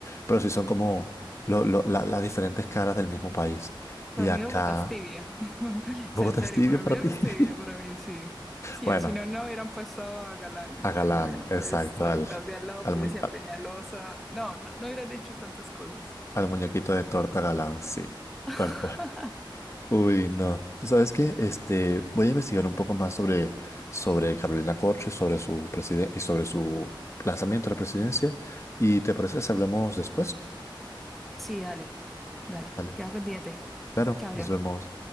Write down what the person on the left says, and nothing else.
pero sí son como lo- lo- la- las diferentes caras del mismo país.
De
acá,
Bogotá
es tibio
para
ti.
<laughs>
Bueno,
a
Galán,
exacto,
al,
al, mu-
al muñequito de torta Galán, sí,
tal cual. Uy, no. ¿Sabes qué? Este, voy a investigar un poco más sobre, sobre Carolina Corche, sobre su preside- y sobre su lanzamiento a la presidencia. ¿Y te parece si hablamos después?
Vale,
claro,
nos
vemos.